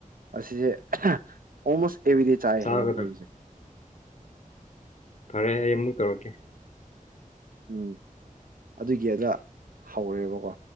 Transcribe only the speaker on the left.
ꯆꯥꯒꯗꯕꯅꯤ
ꯐꯔꯦ ꯑꯩ ꯑꯃꯨꯛ ꯇꯧꯔꯛꯀꯦ